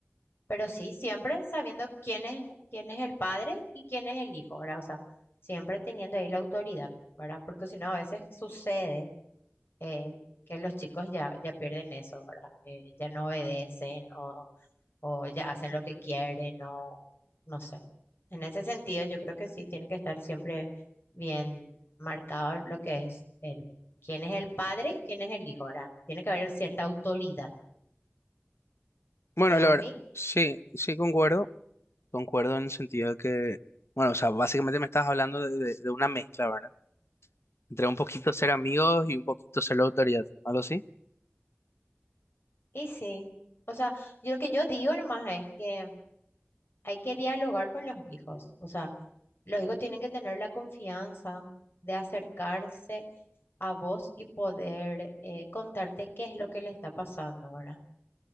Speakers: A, on the left; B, on the left.
A: pero sí, siempre sabiendo quién es, quién es el padre y quién es el hijo, ¿verdad? O sea, siempre teniendo ahí la autoridad, ¿verdad? Porque si no, a veces sucede eh, que los chicos ya, ya pierden eso, ¿verdad? Eh, ya no obedecen o, o ya hacen lo que quieren o no sé. En ese sentido, yo creo que sí tiene que estar siempre bien marcado lo que es el, quién es el padre y quién es el hijo, ¿verdad? Tiene que haber cierta autoridad,
B: Bueno,
A: según
B: la verdad,
A: mi
B: sí, sí concuerdo. Concuerdo en el sentido de que, bueno, o sea, básicamente me estás hablando de, de- de una mezcla, ¿verdad? Entre un poquito ser amigos y un poquito ser la autoridad, algo así.
A: Y sí, o sea, yo lo que yo digo nomás es que hay que dialogar con los hijos, o sea, los hijos tienen que tener la confianza de acercarse a vos y poder eh, contarte qué es lo que le está pasando ahora.